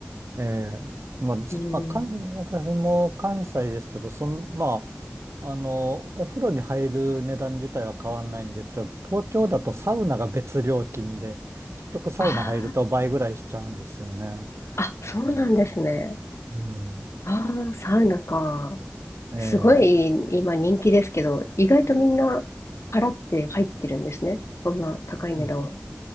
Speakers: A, on the right; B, on the left.
A: えええまあ、まあ、
B: うん。
A: 関私も関西ですけど、そん、まあ、あの、お風呂に入る値段自体は変わんないんですけど、東京だとサウナが別料金で、結局サウナ入ると倍ぐらいしちゃうんですよね。
B: ああ、あ、そうなんですね。
A: うん。うん
B: ああ、サウナか。
A: ええ
B: すごい今人気ですけど、意外とみんな払って入ってるんですね。そんな高い値段を。
A: うん